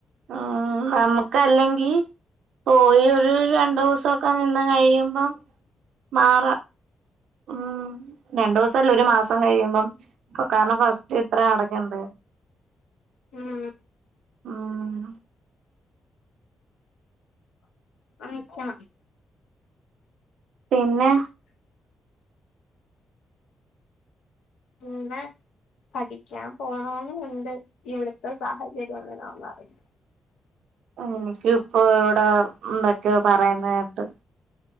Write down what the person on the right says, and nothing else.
മ്മ് നമക്കല്ലെങ്കി പോയി ഒരു
രണ്ടു ദിവസൊക്കെ നിന്ന് കഴിയുമ്പം മാറാ മ്മ് രണ്ടു ദിവസംല്ല ഒരു മാസം കഴിയുമ്പം കാരണം ഫസ്റ്റ് ഇത്ര അടക്കണ്ടെ
മ്മ്
പിന്നെ
എനക്കും ഇപ്പൊ ഇവിടെ ഉണ്ട് ക്കോ പറയുന്ന കേട്ട്